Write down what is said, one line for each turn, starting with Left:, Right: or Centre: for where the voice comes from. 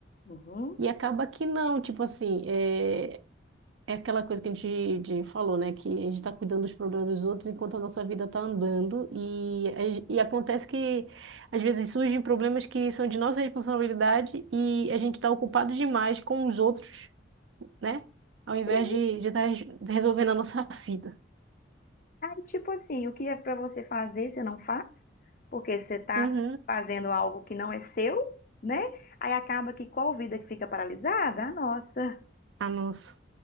Left: Uhum.
Right: E acaba que não, tipo assim, é, É aquela coisa que a gente, de- falou, né? Que a gente está cuidando dos problemas dos outros enquanto a nossa vida está andando. E, e acontece que, às vezes, surgem problemas que são de nossa responsabilidade e a gente está ocupado demais com os outros, né? Ao invés
Left: Sim.
Right: de estar resolvendo a nossa <laughs> vida.
Left: Aí, tipo assim, o que é pra você fazer, você não faz, porque você tá
Right: Uhum.
Left: fazendo algo que não é seu, né? Aí acaba que qual vida que fica paralisada? A nossa.
Right: Ah, nossa.